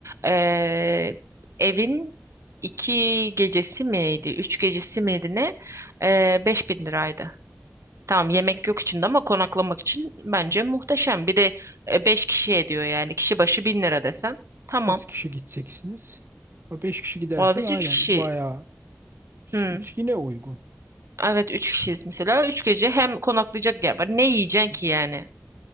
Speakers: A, on the right; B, on the right.
A: E, evin iki gecesi miydi, üç gecesi miydi ne? Ee, beş bin liraydı. Tamam yemek yok içinde ama konaklamak için bence muhteşem. Bir de e, 5 kişi ediyor yani kişi başı 1000 lira desen. Tamam.
B: Kaç kişi gideceksiniz? 5 kişi gidersen
A: Valla biz
B: aynen
A: 3 kişi.
B: bayağı Üç
A: Hı.
B: üç yine uygun.
A: Evet 3 kişiyiz mesela. üç gece hem konaklayacak yer var. Ne yiyeceksin ki yani?